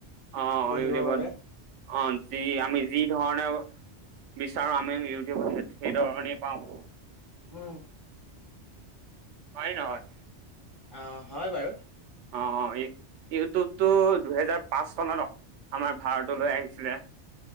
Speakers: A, on the right; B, on the left.
A: অ'
B: পঢ়িবৰ
A: ইউটিউবত
B: বাবে।
A: অ' যি আমি যি ধৰণে বিচাৰো আমি ইউটিউবত সেইধৰণেই পাওঁ।
B: উম,
A: হয় ন হয়,
B: অ' হয় বাৰু।
A: অ', অ' এই, ইউটিউবতটো দুহেজাৰ পাঁচ চনত আমাৰ ভাৰতলৈ আহিছিলে।